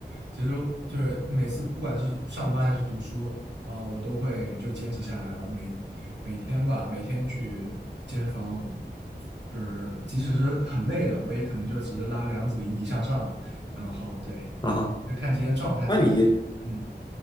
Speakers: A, on the right; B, on the left.
A: 其实就是每次不管是上班还是读书啊、我都会就坚持下来了。每每天吧，每天去健身房，就是即使是很累了，我也可能就只是拉两组引体向上，然后对，
B: 啊哈，
A: 就看今天状态怎么
B: 那你
A: 嗯。